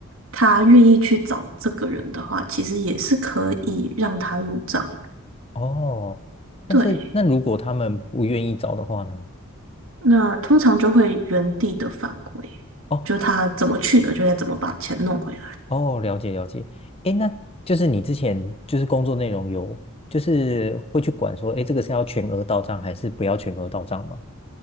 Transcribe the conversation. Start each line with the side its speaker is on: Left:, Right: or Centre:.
Right: 他愿意去找这个人的话，其实也是可以让他入账。
Left: 哦，但是那如果他们不愿意找的话呢？
Right: 对，那通常就会原地的返回，
Left: 哦
Right: 就他怎么去的，就得怎么把钱弄回来。
Left: 哦，了解了解。诶，那就是你之前就是工作内容有，就是会去管说，诶，这个是要全额到账还是不要全额到账吗？